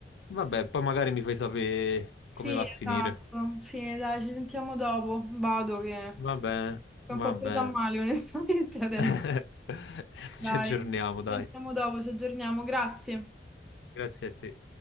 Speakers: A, on the left; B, in the centre.
A: Vabbè, poi magari mi fai sapere
B: Sì,
A: come va a
B: esatto.
A: finire.
B: Sì, dai, ci sentiamo dopo. Vado che
A: Va bene,
B: sono un po'
A: va
B: presa
A: bene.
B: a male, <laughs> onestamente, adesso.
A: <laughs>
B: Dai,
A: Ci aggiorniamo,
B: ci
A: dai.
B: sentiamo dopo, ci aggiorniamo. Grazie.
A: Grazie a te.